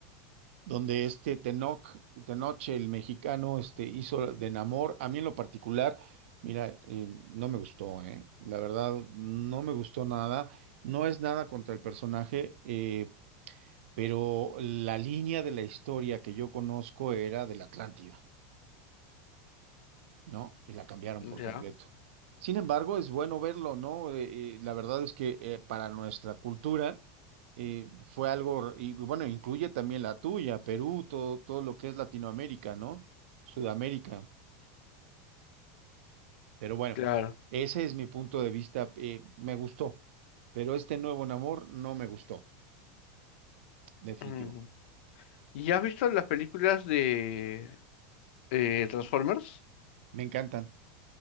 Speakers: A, on the right; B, on the left.
A: donde este Tenoch, Tenoche, el mexicano, este, hizo de Namor. A mí en lo particular, mira, eh, no me gustó, ¿eh? La verdad, no me gustó nada. No es nada contra el personaje, eh, pero la línea de la historia que yo conozco era de la Atlántida. ¿no? Y la cambiaron
B: Ya,
A: por completo. Sin embargo, es bueno verlo, ¿no? Eh, eh, la verdad es que eh, para nuestra cultura eh, fue algo, y bueno, incluye también la tuya, Perú, todo, todo lo que es Latinoamérica, ¿no? Sudamérica. Pero bueno,
B: claro.
A: ese es mi punto de vista. eh, me gustó, pero este nuevo Namor no me gustó, definitivo.
B: Mm. ¿Y has visto las películas de eh, Transformers?
A: Me encantan,